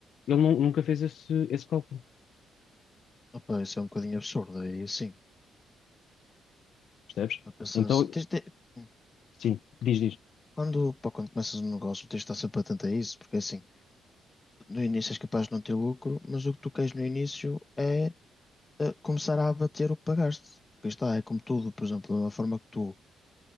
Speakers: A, on the left; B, on the left.
A: Ele nu- nunca fez esse, esse cálculo,
B: Opa, isso é um bocadinho absurdo. Aí sim.
A: percebes?
B: A pensar
A: Então,
B: assim, tens de ter- hum,
A: sim, diz, diz.
B: Quando, pá, quando começas um negócio, tens de estar sempre atento a isso, porque assim, no início és capaz de não ter lucro, mas o que tu queres no início é a começar a abater o que pagaste. Porque está, é como tudo, por exemplo, da forma que tu,